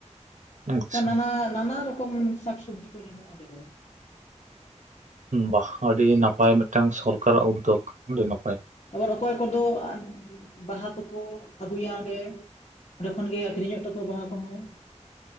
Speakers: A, on the right (about 85°); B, on the left (about 65°).
A: ᱟᱪᱪᱷᱟ
B: ᱚᱱᱠᱟ ᱱᱟᱱᱟ ᱱᱟᱱᱟ ᱨᱚᱠᱚᱢ ᱥᱟᱠ ᱥᱚᱵᱽᱡᱤ ᱠᱚ ᱧᱟᱢᱚᱜᱼᱟ ᱚᱸᱰᱮ ᱰᱚ᱾
A: ᱵᱟᱦ ᱟᱹᱰᱤ ᱱᱟᱯᱟᱭ ᱢᱤᱫᱴᱟᱝ ᱥᱚᱨᱠᱟᱨᱟᱜ ᱩᱫᱽᱫᱚᱜ ᱟᱹᱰᱤ ᱱᱟᱯᱟᱭ᱾
B: ᱟᱵᱟᱨ ᱚᱠᱚᱭ ᱠᱚᱫᱚ ᱵᱟᱦᱟ ᱠᱚᱠᱚ ᱟᱹᱜᱩᱭᱟ ᱚᱸᱰᱮ᱾ ᱚᱰᱮ ᱠᱷᱚᱱ ᱜᱮ ᱟᱹᱠᱷᱨᱤᱧᱚᱜ ᱛᱟᱠᱚᱣᱟ ᱵᱟᱦᱟ ᱠᱚᱦᱚᱸ᱾